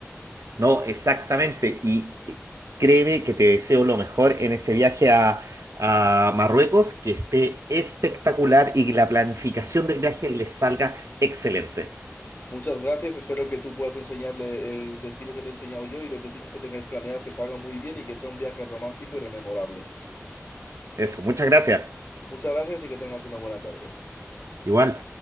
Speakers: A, on the right; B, on the left.
A: No, exactamente. Y eh, créeme que te deseo lo mejor en ese viaje a, a Marruecos, que esté espectacular y que la planificación del viaje les salga excelente.
B: Muchas gracias, espero que tú puedas enseñarle el destino que te he enseñado yo y los destinos que tengáis planeados que salgan muy bien y que sea un viaje romántico y rememorable.
A: Eso, muchas gracias.
B: Muchas gracias y que tengas una buena tarde.
A: Igual.